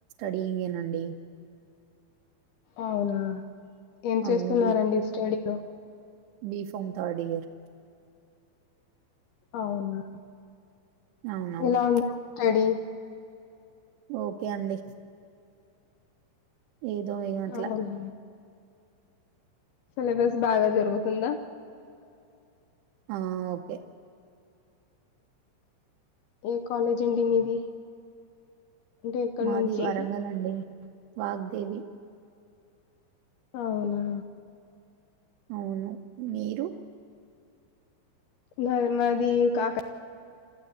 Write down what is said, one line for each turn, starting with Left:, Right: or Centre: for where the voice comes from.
Right: <unintelligible>
Left: అవునా ఏం
Right: అవును
Left: చేస్తున్నారండి
Right: బి
Left: స్టడీలు
Right: బి ఫమ్ థర్డ్ ఇయర్
Left: అవును
Right: అవునవును
Left: ఇలా ఉంద స్టడి
Right: ఓకే అండి ఏదో ఏ గట్ల
Left: అవునా సిలబస్ బాగా జరుగుతుందా
Right: ఆ ఓకే
Left: ఏ కాలేజ్ అండి మీది అంటే ఎక్కడ
Right: మాది
Left: నుంచి
Right: వరంగల్ండి వాగ్దేవి
Left: అవునా
Right: అవును మీరు
Left: నర్ మాది కాకా